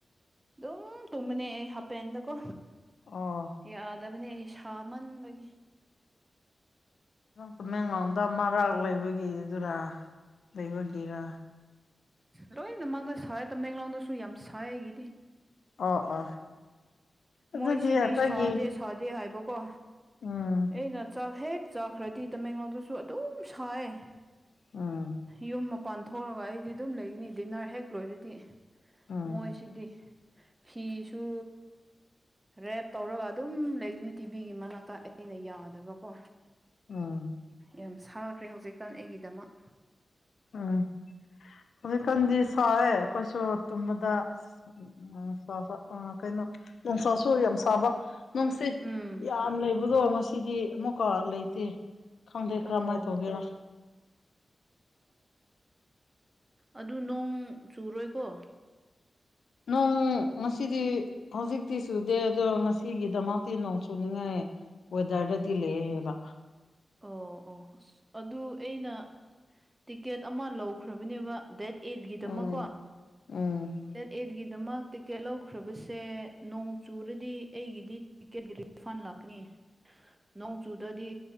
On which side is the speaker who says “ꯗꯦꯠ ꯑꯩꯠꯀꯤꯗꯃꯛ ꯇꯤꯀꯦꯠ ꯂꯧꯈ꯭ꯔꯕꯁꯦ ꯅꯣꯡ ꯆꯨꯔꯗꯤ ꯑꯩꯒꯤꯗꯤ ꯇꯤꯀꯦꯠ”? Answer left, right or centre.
Right